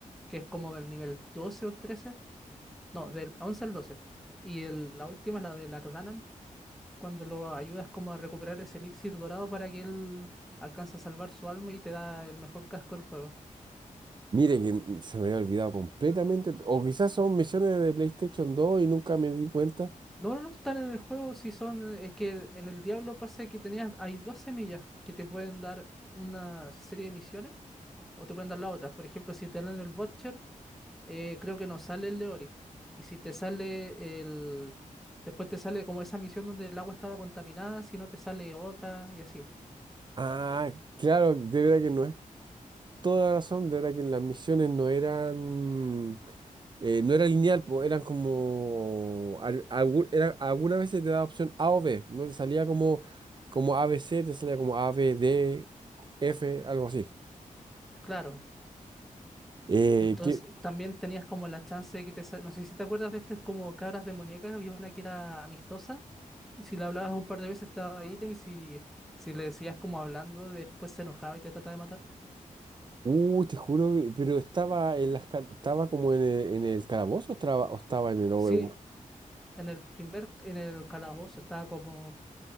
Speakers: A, in the centre; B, on the right.
A: que es como del nivel 12 o 13. No, del 11 al 12. Y el- la última es la de Lakdanan, cuando lo ayudas como a recuperar ese elixir dorado para que él alcance a salvar su alma y te da el mejor casco del juego.
B: Mire que m- se me había olvidado completamente, o quizás son misiones de PlayStation 2 y nunca me di cuenta.
A: No, no, no están en el juego, si son... Es que en el Diablo pasa que tenías... Hay dos semillas que te pueden dar una serie de misiones o te pueden dar las otras. Por ejemplo, si te dan el Vulture eh, creo que no sale el Leoric. Y si te sale el... Después te sale como esa misión donde el agua estaba contaminada, si no te sale otra y así.
B: Ah, claro, de verdad que no es toda la razón, de verdad que las misiones no eran, eh, no era lineal, po, eran como, al- algu- era- algunas veces te daba opción A o B, no te salía como, como a b c te salía como A, B, D, F, algo así.
A: Claro.
B: Eh,
A: Entonces
B: que,
A: eh, también tenías como la chance de que te... sa- No sé si te acuerdas de estas como cabras demoníacas, había una que era amistosa. Si la hablabas un par de veces estaba ahí, y si, si le decías como hablando, después se enojaba y te trataba de matar.
B: uh, te juro, que- pero estaba en las, ca- estaba como en el, en el calabozo o estaba, o estaba en el Overworld.
A: Sí, en el primer, en el calabozo estaba como